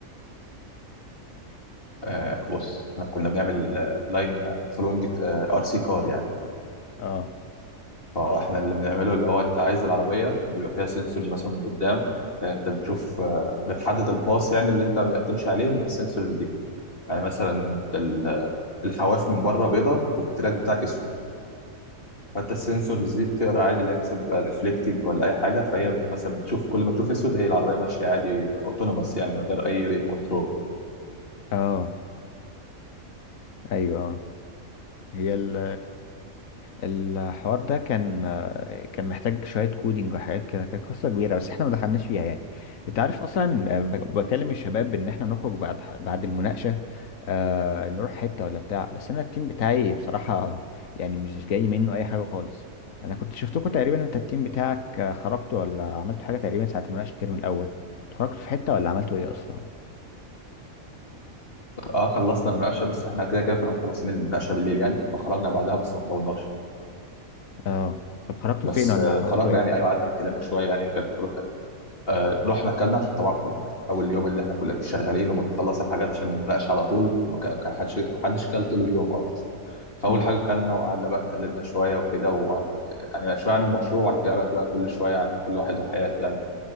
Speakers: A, on the left; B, on the left.
A: آه بص احنا كنا بنعمل آه، لاين فلوينج ار سي كار يعني
B: اه
A: فاحنا اللي بنعمله اللي هو انت عايز العربيه بيبقى فيها سنسورز مثلا من قدام يعني انت بتشوف آه، بتحدد الباص يعني اللي انت هتمشي عليه من السنسورز دي يعني مثلا انت ال- آه، الحواف من بره بيضه والتراك بتاعك اسود فانت السنسورز دي بتقرا عادي اللي هي مثلا بيبقى ريفلكتنج ولا اي حاجه فهي مثلا بتشوف كل ما تشوف اسود هي العربيه ماشيه عادي اوتونوموس يعني من غير اي كنترول
B: اه ايوه اه هي ال الحوار ده كان كان محتاج شويه كودينج وحاجات كده كانت قصه كبيره بس احنا ما دخلناش فيها يعني انت عارف اصلا ب- بكلم الشباب ان احنا نخرج بعد بعد المناقشه آه نروح حته ولا بتاع بس انا التيم بتاعي بصراحه يعني مش جاي منه اي حاجه خالص انا كنت شفتكم تقريبا انت التيم بتاعك خرجتوا ولا عملتوا حاجه تقريبا ساعه مناقشه الترم الاول انتوا خرجتوا في حته ولا عملتوا ايه اصلا
A: اه خلصنا المناقشه بس احنا كده كده كنا مخلصين المناقشه بالليل يعني فخرجنا بعدها بس ما طولناش
B: اه طب خرجتوا
A: بس
B: فين ولا
A: آه،
B: عملتوا
A: خرجنا
B: ايه
A: يعني
B: اصلا
A: ايوه قعدنا اتكلمنا شويه يعني كانت خروج حلوة. آه رحنا اكلنا عشان طبعا كنا من اول يوم اللي احنا كنا شغالين وبنخلص الحاجات عشان المناقشه على طول ما كا- كا- حدش ما حدش كل طول اليوم اصلا فاول
B: امم
A: حاجه كلنا وقعدنا بقى اتكلمنا شويه وكده وعن يعني شويه عن المشروع وبعد كده بقى بقى كل شويه عن كل واحد وحياته يعني